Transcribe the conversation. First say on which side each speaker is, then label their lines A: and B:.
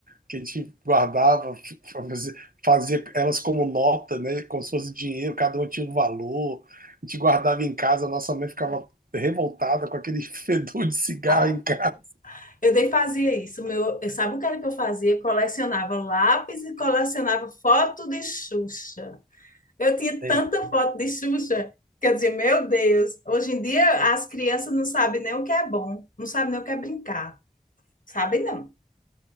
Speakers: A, on the right; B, on the left.
A: que a gente guardava, f- fazia, fazia elas como nota, né? Como se fosse dinheiro, cada uma tinha um valor. A gente guardava em casa, a nossa mãe ficava revoltada com aquele <laughs> fedor de cigarro
B: Ah,
A: em casa.
B: Eu nem fazia isso. Meu, eu- sabe o que era que eu fazia? Colecionava lápis e colecionava foto de Xuxa. Eu tinha
A: Lembro.
B: tanta foto de Xuxa que eu dizia, meu Deus, hoje em dia as crianças não sabem nem o que é bom, não sabem nem o que é brincar. Sabem não.